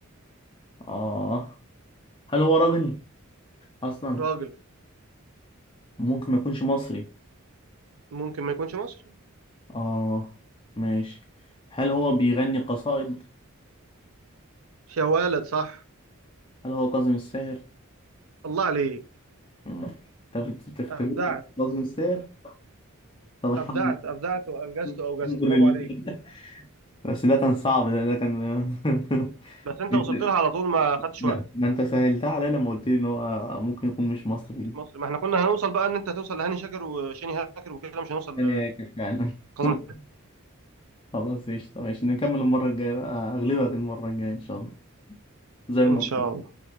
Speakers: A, on the left; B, on the right.
A: اه هل هو راجل أصلا؟
B: راجل
A: ممكن ما يكونش مصري
B: ممكن ما يكونش مصري
A: اه ماشي هل هو بيغني قصائد؟
B: يا ولد صح
A: هل هو كاظم الساهر؟
B: الله عليك
A: مم. انت بت- بتختبرني
B: ابدعت
A: في كاظم الساهر؟ طب الحمد
B: ابدعت ابدعت وانجزت
A: لله <laughs>
B: واوجزت
A: الحمد
B: برافو عليك
A: لله بس ده كان صعب ده ده كان <laughs>
B: بس انت وصلت لها على طول ما خدتش
A: ما
B: وقت
A: ما انت سهلتها عليا لما قلت لي ان هو ممكن يكون مش مصري
B: مش مصري ما احنا كنا هنوصل بقى ان انت توصل لهاني شاكر وشيني هاكر وكده مش هنوصل
A: يعني هيك فعلا
B: لكاظم
A: <laughs>
B: الساهر
A: خلاص قشطة ماشي نكمل المرة الجاية بقى اغلبك المرة الجاية ان شاء الله زي المرة
B: ان شاء الله